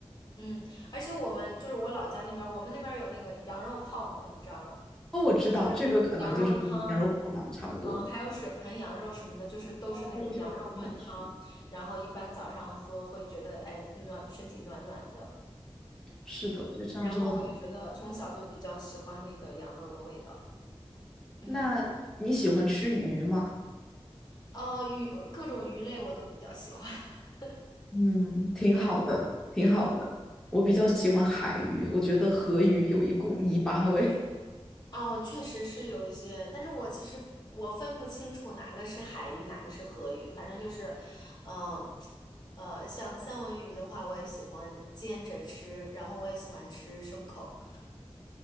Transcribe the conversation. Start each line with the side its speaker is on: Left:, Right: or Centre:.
Left: 嗯。而且我们就是我老家那边儿，我们那边儿有那个羊肉泡馍，你知道吗？
Centre: 哦，我知道这个可能就是和那个羊肉泡馕差不多。
Left: 就是羊肉汤。嗯，还有水盆羊肉什么的，就是都是那种羊肉炖汤，
Centre: 哦，这些都很好吃。
Left: 然后一般早上喝会觉得哎暖，身体暖暖的。
Centre: 是的，我觉得这样真的很。
Left: 然后我就觉得从小就比较喜欢那个羊肉的味道。嗯，
Centre: 那你喜欢吃鱼吗？
Left: 呃，鱼各种鱼类我都比较喜欢。<laughs>
Centre: 嗯，挺好的，挺好的。
Left: 嗯，
Centre: 我比较喜欢海鱼，我觉得河鱼有一股泥巴味。
Left: 哦，确实是有一些，但是我其实我分不清楚哪个是海鱼，哪个是河鱼，反正就是，嗯、呃，像三文鱼的话，我也喜欢煎着吃，然后我也喜欢吃生口。